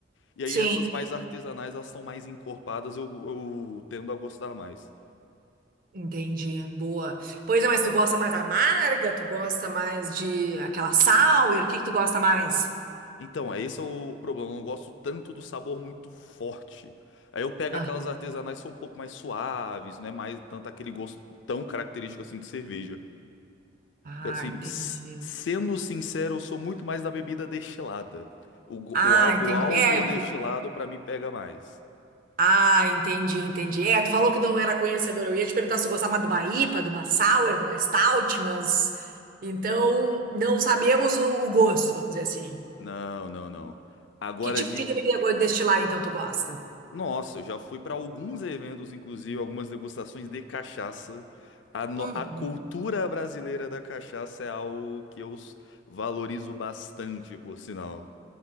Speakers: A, on the left; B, on the right.
A: E aí
B: Sim,
A: essas mais artesanais, elas são mais encorpadas, eu, eu tendo a gostar mais.
B: entendi. Boa. Pois é, mas tu gosta mais amarga? Tu gosta mais de aquela sour? O que que tu gosta mais?
A: Então, é esse é o problema. Eu não gosto tanto do sabor muito forte. Aí eu pego
B: Ah,
A: aquelas artesanais que são um pouco mais suaves, não é mais tanto aquele gosto tão característico assim de cerveja.
B: ah,
A: Assim,
B: entendi.
A: s- sendo sincero, eu sou muito mais da bebida destilada. O, go-
B: Ah,
A: o, ál-
B: entendi.
A: o álcool
B: É,
A: destilado pra mim pega mais.
B: Ah, entendi, entendi. É, tu falou que não era conhecedora. Eu ia te perguntar se tu gostava de uma IPA, de uma Sour, de uma Stout, mas então não sabemos o, o gosto, vamos dizer assim.
A: Não, não, não. Agora
B: Que tipo
A: de
B: de deveria go- destilar então tu gosta?
A: Nossa, eu já fui para alguns eventos, inclusive algumas degustações de cachaça. A, no-
B: Uhum.
A: a cultura brasileira da cachaça é algo que eu s- valorizo bastante, por sinal.